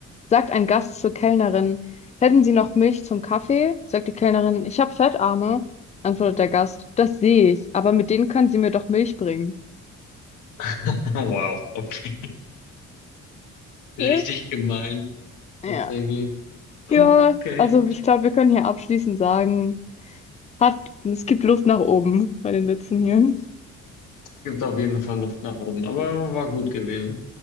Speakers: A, on the left (about 25°); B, on the left (about 80°).
A: sagt ein Gast zur Kellnerin, hätten Sie noch Milch zum Kaffee? Sagt die Kellnerin, ich habe Fettarme. Antwortet der Gast, das sehe ich, aber mit denen können Sie mir doch Milch bringen.
B: <laughs> Wow, okay.
A: Was?
B: Richtig gemein,
A: Ja.
B: tatsächlich.
A: Ja,
B: Okay.
A: also ich glaube, wir können hier abschließend sagen, Hat, es gibt Luft nach oben bei den Witzen hier.
B: Gibt auf jeden Fall Luft nach oben, aber war gut gewesen.